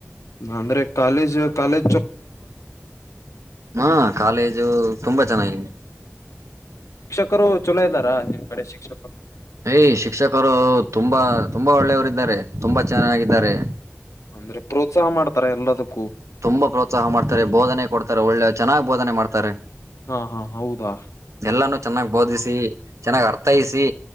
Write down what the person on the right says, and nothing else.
ಹಾ ಕಾಲೇಜು ತುಂಬಾ ಚೆನ್ನಾಗಿದೆ.
ಏಯ್ ಶಿಕ್ಷಕರು ತುಂಬಾ ತುಂಬಾ ಒಳ್ಳೆಯವರಿದ್ದಾರೆ ತುಂಬಾ ಚೆನ್ನಾಗಿದ್ದಾರೆ.
ತುಂಬಾ ಪ್ರೋತ್ಸಾಹ ಮಾಡ್ತಾರೆ ಬೋಧನೆ ಕೊಡ್ತಾರೆ ಒಳ್ಳೆ ಚೆನ್ನಾಗ್ ಬೋಧನೆ ಮಾಡ್ತಾರೆ
ಎಲ್ಲಾನೂ ಚೆನ್ನಾಗ್ ಬೋಧಿಸಿ ಚೆನ್ನಾಗ್ ಅರ್ಥೈಸಿ